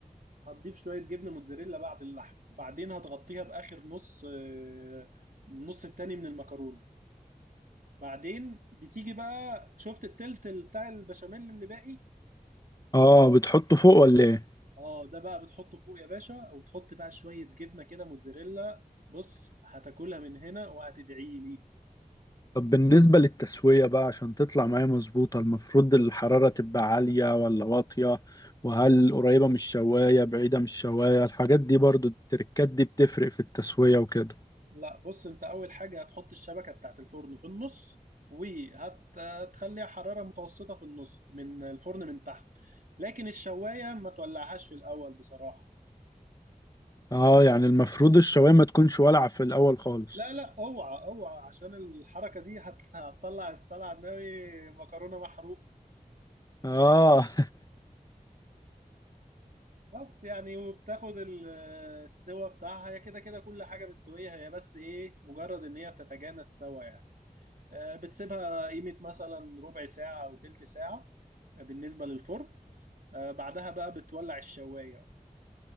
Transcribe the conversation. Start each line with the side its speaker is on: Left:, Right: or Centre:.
Right: هتضيف شوية جبنة موتزاريلا بعد اللحم بعدين هتغطيها بآخر نص آه، النص التاني من المكرونة بعدين بتيجي بقى شفت التلت بتاع البشاميل اللي باقي
Left: اه بتحطه فوق ولا ايه
Right: اه ده بقى بتحطه فوق يا باشا او تحط بقى شوية جبنة كده موتزاريلا بص هتاكلها من هنا وهتدعي لي
Left: طب بالنسبة للتسوية بقى عشان تطلع معايا مظبوطة المفروض الحرارة تبقى عالية ولا واطية وهل قريبة من الشواية بعيدة من الشواية الحاجات دي برضو التركات دي بتفرق في التسوية وكده
Right: لا بص انت اول حاجة هتحط الشبكة بتاعت الفرن في النص وهتخليها حرارة متوسطة في النص من الفرن من تحت لكن الشواية ما تولعهاش في الاول بصراحة
Left: اه يعني المفروض الشواية ما تكونش والعة في الأول خالص
Right: لا لا اوعى اوعى عشان الحركة دي هت- هتطلع السلع ناوي مكرونة محروق
Left: اه <laughs>
Right: بس يعني وبتاخد ال- السوا بتاعها هي كده كده كل حاجة مستوية هي بس ايه مجرد ان هي بتتجانس سوا يعني آه، بتسيبها قيمة مثلا ربع ساعة او تلت ساعة بالنسبة للفرن آه، بعدها بقى بتولع الشواية اصلا